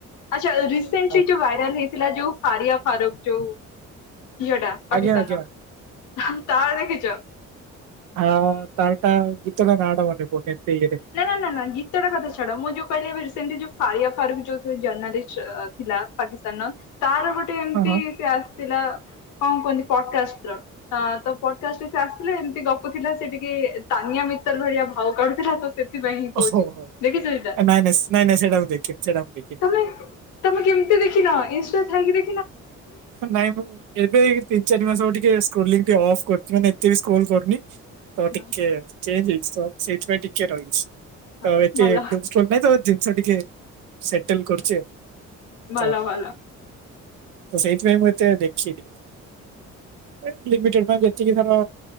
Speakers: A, on the left; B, on the right.
A: ଆଚ୍ଛା ରିସେଣ୍ଟଲି
B: ହଁ
A: ଯୋଉ ଭାଇରାଲ ହେଇଥିଲା ଯୋଉ ହାରିଆ ଫାରୁଖ ଯଉ। ଝିଅ ଟା ପାକିସ୍ତାନର
B: ଆଜ୍ଞା ଆଜ୍ଞା
A: ତାର ଦେଖିଛ?
B: ହଁ ତାରଟା ଗୀତ ଟା ନା ଟା ମନେ ପଡୁନି। ଏତେ ଇଏରେ
A: ନା ନା ନା ନା ଗୀତଟା କଥାଛାଡ ମୁ ଯୋଉ କହିଲି ଏବେ ରିସେଣ୍ଟଲି ଯୋଉ ଫାରିଆ ଫାରୁଖ ଯୋଉ ଜର୍ଣାଲିଷ୍ଟ ଥିଲା ପାକିସ୍ତାନର ତାର ଗୋଟେ ଏମିତି
B: ହଁ ହଁ।
A: ସେ ଆସିଥିଲା। କଣ କୁହନ୍ତି ପଡକାଷ୍ଟ ର ତ ପଡକାଷ୍ଟରେ ସେ ଆସିଥିଲେ ଏମିତି ଗପୁ ଥିଲା ସେ ଟିକେ ତାନିଆ ମୀ ଉତଲ ଭଳିଆ ଭାଉ କା ଥିଲା ତ। ସେଥିପାଇ ହିଁ କହୁଛି
B: ଓହୋ
A: ଦେଖିଛ ଏଇଟା?
B: ନାଇଁ ନାଇଁ ନାଇଁ ନାଇଁ ସେଇଟା ମୁଁ ଦେଖିନି ସେଇଟା ମୁଁ ଦେଖିନି
A: ତମେ ତମେ କେମିତି ଦେଖିନ ଇନ୍ଷ୍ଟା ଥାଇକି ବି
B: ନାଇଁ ମୁଁ ଏବେ ତିନି ଚାରି ମାସ ଟିକେ ସ୍କ୍ରଲିଂ ଟିକେ ଅଫ୍ କରୁଛି ମାନେ ଏତେ ବି ସ୍କ୍ରୋଲ କରୁନି। ତ
A: ହଁ
B: ଟିକେ ଚେଞ୍ଜ ହେଇଛି ତ ସେଇଥିପାଇଁ ଟିକେ ରହିଛି।
A: ହଁ।
B: ତ ଏତେ
A: ଭଲ
B: ଇନଷ୍ଟଲ ନାଇଁ ତ ଜିନିଷ ଟିକେ ସେଟଲ କରୁଛି ଆଉ।
A: ଭଲ
B: ତ
A: ଭଲ।
B: ତ ସେଇଥିପାଇଁ ମୁଁ ଏତେ ଦେଖିନୀ ଏ ଲିମିଟେଡ ପାଇଁ ଯେତିକିଧର